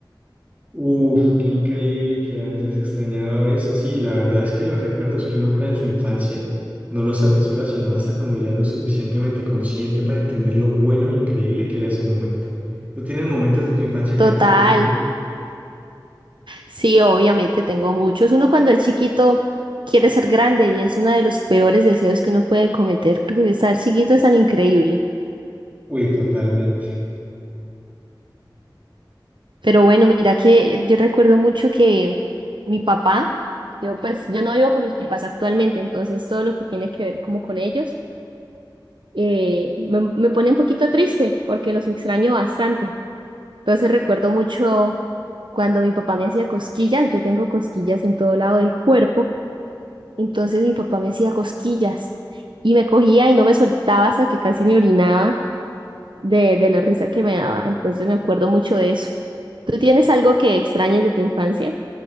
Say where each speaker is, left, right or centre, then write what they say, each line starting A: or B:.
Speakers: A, on the right; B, on the right.
A: Uf, qué increíble que hayas extrañado eso. Sí, la verdad es que los recuerdos que uno crea en su infancia no los atesora sino hasta cuando ya es lo suficientemente consciente para entender lo bueno e increíble que era ese momento. ¿Tú tienes momentos de tu infancia
B: Total.
A: que te quedan?
B: Sí, obviamente tengo muchos. Uno cuando es chiquito quiere ser grande y es uno de los peores deseos que uno puede cometer porque estar chiquito es tan increíble.
A: Uy, totalmente.
B: Pero bueno, mira que yo recuerdo mucho que mi papá, yo pues yo no vivo con mis papás actualmente, entonces todo lo que tiene que ver como con ellos eh, me, me pone un poquito triste porque los extraño bastante. Entonces recuerdo mucho cuando mi papá me hacía cosquillas, yo tengo cosquillas en todo lado del cuerpo, entonces mi papá me hacía cosquillas y me cogía y no me soltaba hasta que casi me orinaba de, de la risa que me daba. Entonces me acuerdo mucho de eso. ¿Tú tienes algo que extrañes de tu infancia?